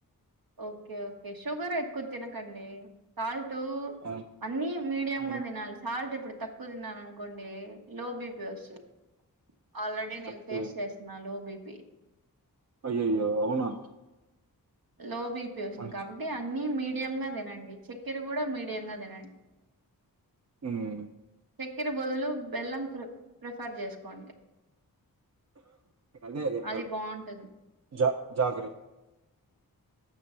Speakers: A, on the right (about 70°); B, on the right (about 45°).
A: ఓకే ఓకే షుగర్ ఎక్కువ తినకండి కాల్ట్
B: ఆ
A: అన్ని మీడియ
B: హ్మ్
A: గా తినాలి సాల్ట్ ఇప్పుడు తక్కువ తిన్నాను అనుకోండి లో బి వస్తుంది ఆల్రెడీ నేను
B: ఓకే
A: ఫేస్ చేస్తున్నాను లో బీపీ పే
B: అయ్యయ్యో అవునా
A: లో బీపీ వస్తుంది
B: మంచి
A: కాబట్టి అన్నీ మీడియంగా తినండి చెక్కెర కూడా మీడియంగా తినండి
B: హ్మ్
A: చెక్కెర బదులు బెల్లం ప్రి ప్రిఫర్ చేసుకోండి
B: అదే అదే
A: అది బాగుంటుంది
B: జా జాగ్రీ